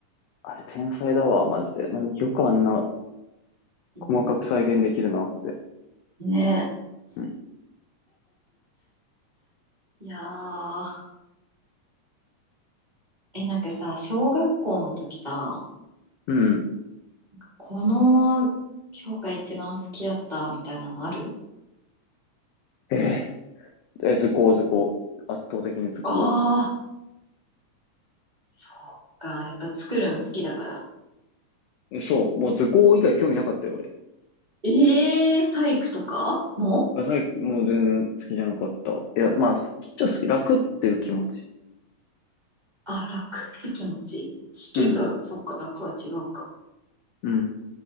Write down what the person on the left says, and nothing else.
あれ天才だわ、マジで。なんかよくあんな
細かく再現できるなって。
うん
うん。
えー、え、図工、図工。圧倒的に図工。
そう、もう図工以外興味なかったよ、俺。
あ、最もう全然好きじゃなかった。いや、まあ、好きっちゃ好き、楽っていう気持ち。
うん、
うん。